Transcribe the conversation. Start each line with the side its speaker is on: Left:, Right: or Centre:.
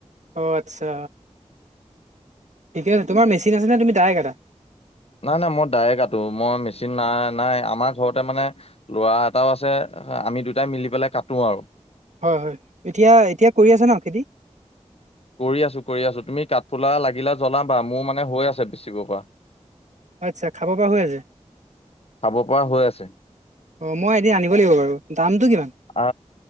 Right: অঁ আচ্ছা ঠিকে আছে। তোমাৰ মেচিন আছেনে তুমি দাৰে কাটা?
Left: না না মই দাৰে কাটো মই মেচিন নাই নাই আমাৰ ঘৰতে মানে লৰা এটাও আছে আমি দুটাই মিলি পেলাই কাটো আৰু।
Right: হয়, হয়, এতিয়া এতিয়া কৰি আছে ন খেতি?
Left: কৰি আছোঁ‌, কৰি আছোঁ‌, তুমি কাঠফুলা লাগিলে জ্বনাবা, মোৰ মানে হৈ আছে বেচিব পৰা।
Right: আচ্ছা, খাব পৰা হৈ আছে?
Left: খাব পৰা হৈ আছে
Right: অ', মই এদিন আনিব লাগিব বাৰু। দামটো কিমান?
Left: আ।